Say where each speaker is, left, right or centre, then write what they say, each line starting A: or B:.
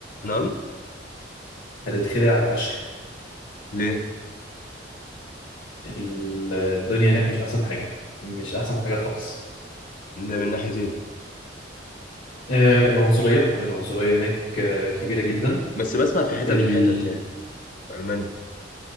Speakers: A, on the left; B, on the left.
A: نعم
B: هتتخدع فشخ
A: ليه
B: ال- الدنيا هناك مش احسن حاجة مش احسن حاجة خالص
A: ده من ناحيه ايه
B: آه، العنصرية العنصرية هناك آه، كبيرة جدا
A: بس بسمع في حتت
B: ال...
A: وحتت يعني في المانيا